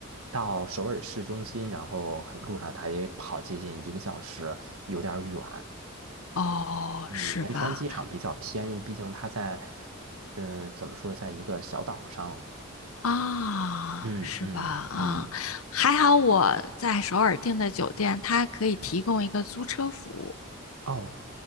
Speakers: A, on the right; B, on the left.
A: 到首尔市中心，然后路上它也跑接近一个小时，有点儿远。
B: 哦，
A: 嗯，
B: 是吧？
A: 仁川机场比较偏，毕竟它在嗯，怎么说，在一个小岛上。
B: 啊，
A: 嗯嗯嗯，
B: 是吧？啊，还好我在首尔订的酒店，它可以提供一个租车服务。
A: 哦，